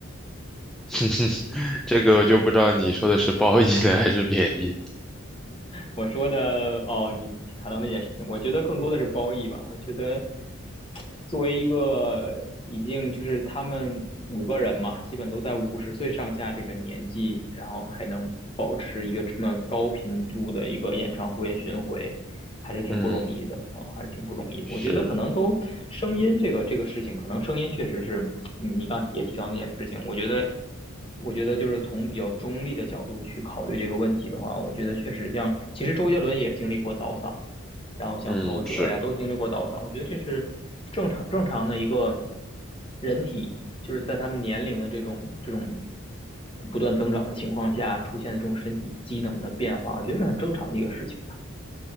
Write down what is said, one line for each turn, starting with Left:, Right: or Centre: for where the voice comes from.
Centre: <laughs> 这个就不知道你说的是褒义的还是贬义。
Left: 我说的，哦，你谈到那件事情，我觉得更多的是褒义吧。我觉得作为一个已经就是他们五个人嘛，基本都在五十岁上下这个年纪，然后还能保持一个这么高频度的一个演唱会巡回，还是挺不容易的啊、
Centre: 嗯，
Left: 哦还是挺不容易的我觉得可能都声音这个这个事情，
Centre: 是，
Left: 可能声音确实是你刚也提到那件事情，我觉得。我觉得就是从比较中立的角度去考虑这个问题的话，我觉得确实像，其实周杰伦也经历过倒嗓然后像陶喆呀，
Centre: 嗯，是
Left: 都经历过倒嗓，我觉得这是正常正常的一个人体，就是在他们年龄的这种这种不断增长的情况下出现的这种身体机能的变化，我觉得是很正常的一个事情吧。